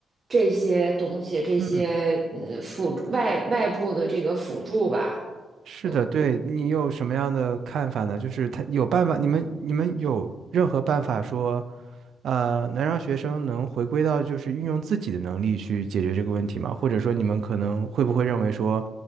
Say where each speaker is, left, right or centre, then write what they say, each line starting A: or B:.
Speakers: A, on the right (about 30°); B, on the right (about 70°).
A: 这些东西，这些嗯辅助外外部的这个辅助吧。
B: 嗯，是的，
A: 嗯。
B: 对你有什么样的看法呢？就是他有办法，你们你们有任何办法说，呃，能让学生能回归到就是运用自己的能力去解决这个问题吗？或者说你们可能会不会认为说，